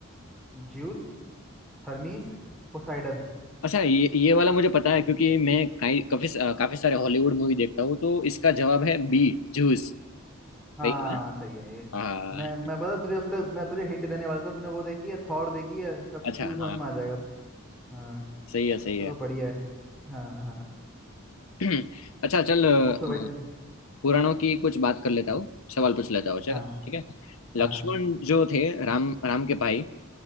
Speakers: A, in the centre; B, on the left.
A: juice हर्मीस पोसाइडन
B: अच्छा ये ये वाला मुझे पता है क्योंकि मैं काई, काफी काफी सारे हॉलीवुड मूवी देखता हूँ तो इसका जवाब है बी जूस
A: हाँ
B: वही है ना?
A: सही है ये
B: हाँ
A: मैं मैं बता तुझे उसका मैं तुझे हिंट देने वाला था तूने वो देखी है थॉर देखी है सब
B: अच्छा
A: तुझे समझ
B: हाँ
A: में आ जाएगा तो हाँ
B: सही है सही
A: चलो
B: है
A: बढ़िया है हाँ हाँ
B: <clears throat> अच्छा चल अ,
A: पूछो भाई तुम पूछो
B: पुराणों की कुछ बात कर लेता हूँ सवाल पूछ लेता हूँ चल
A: हाँ
B: ठीक है लक्ष्मण
A: हाँ हाँ
B: जो थे राम राम के भाई